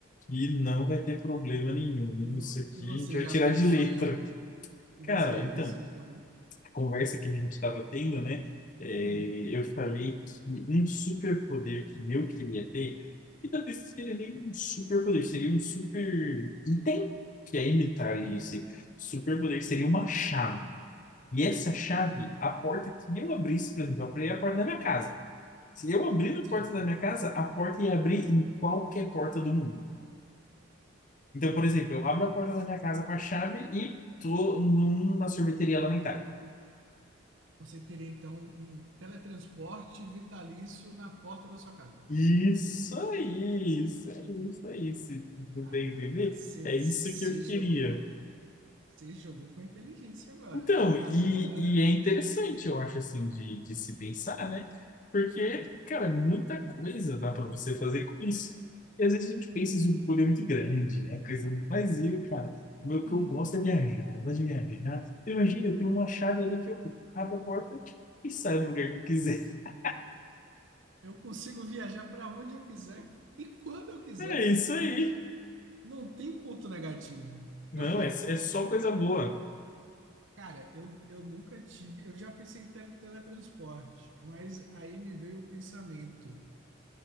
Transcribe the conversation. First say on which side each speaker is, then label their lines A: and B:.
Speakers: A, on the left; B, on the right.
A: e não vai ter problema nenhum.
B: E, vo-
A: Isso aqui
B: e você
A: a gente vai
B: já
A: tirar
B: pensou
A: de letra.
B: em algum? E
A: Cara,
B: você já
A: então,
B: pensou em ter algum?
A: conversa que a gente estava tendo, né? é,
B: Uhum,
A: eu falei que um superpoder que eu queria ter, e talvez seria nem um superpoder, seria um super item que é imitar
B: uhum,
A: esse superpoder, seria uma chave. E essa chave,
B: hum,
A: a porta que eu abrisse, por exemplo, eu abri a porta da minha casa. Se eu abrir a
B: sim.
A: porta da minha casa, a porta ia abrir em qualquer porta do mundo. Então,
B: Caraca.
A: por exemplo, eu abro a porta da minha casa com a chave e tô numa sorveteria lá na Itália.
B: Você teria então um teletransporte vitalício na porta da sua casa.
A: Isso aí, isso aí, isso aí, se tu
B: Caraca,
A: tem entender,
B: você
A: é isso que eu queria.
B: jogou, você jogou com inteligência agora.
A: Então,
B: Agora,
A: e, e é interessante, eu acho, assim, de, de se pensar, né? Porque, cara, muita coisa dá para você fazer com isso. E às vezes a gente pensa isso um poder muito grande, né? Coisa, mas eu, cara, o
B: uhum,
A: que eu gosto é viajar, eu gosto de viajar. Imagina, eu tenho uma chave ali que eu abro a porta e saio no lugar que eu quiser. <laughs>
B: eu consigo viajar para onde eu quiser e quando eu quiser.
A: É isso aí.
B: Não tem ponto negativo. Então,
A: Não, é, é só coisa boa.
B: cara, eu, eu nunca tive. Eu já pensei em tele- teletransporte, mas aí me veio o pensamento: